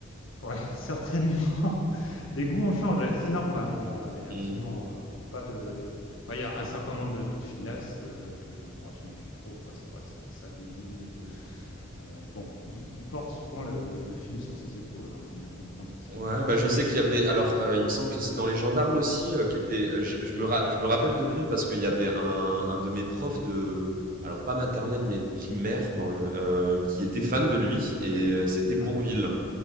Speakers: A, on the left; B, on the right.
A: ouais, <laughs> certainement. Les goûts ont changé, c'est normal. Il y a,
B: <laughs>
A: il y a
B: Mm.
A: absolument euh, pas de. ouais, il y a un certain nombre de luttes finesse euh, que bon, j'aime plus trop, quoi. C'est vrai que ça, ça vieillit. Euh,
B: mm.
A: euh, bon, il, il porte souvent le, le film sur ses épaules, Il Faut bien comprendre que c'est
B: Ouais,
A: lui qui
B: bah
A: est
B: je sais
A: un
B: qu'il
A: petit
B: y avait.
A: peu la
B: Alors,
A: star.
B: euh, il me semble que c'est dans les gendarmes
A: Ouais.
B: aussi euh, qui était. euh, Je, je me ra- je me rappelle de lui parce qu'il y avait un un de mes profs de. Alors pas maternelle mais primaire dans le, euh, qui était fan de lui et euh, c'était Bourvil.
A: Ouais.